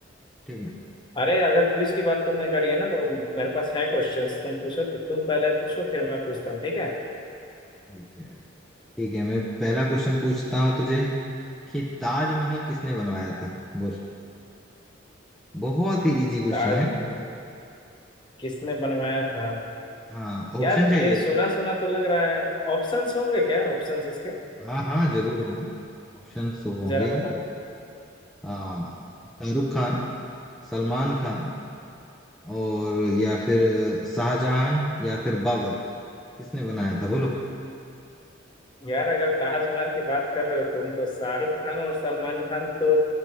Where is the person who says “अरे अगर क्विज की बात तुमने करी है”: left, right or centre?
Left